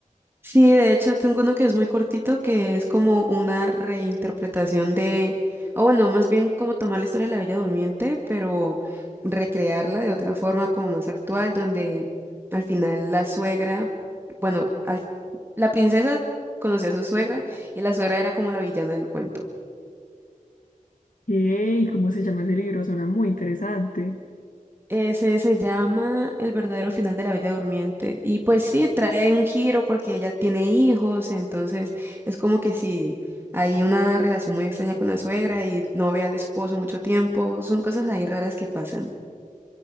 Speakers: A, on the right; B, on the left.
A: Sí, de hecho tengo uno que es muy cortito, que es como una reinterpretación de, o bueno, más bien como tomar la historia de la Bella Durmiente, pero recrearla de otra forma como más actual, donde al final la suegra, bueno, al- la princesa conocía a su suegra y la suegra era como la villana del cuento.
B: Yay, ¿cómo se llama ese libro? Suena muy interesante.
A: Ese se llama El verdadero final de la Bella Durmiente. Y pues sí, trae un giro porque ella tiene hijos, entonces es como que si hay una relación muy extraña con la suegra y no ve al esposo mucho tiempo, son cosas ahí raras que pasan.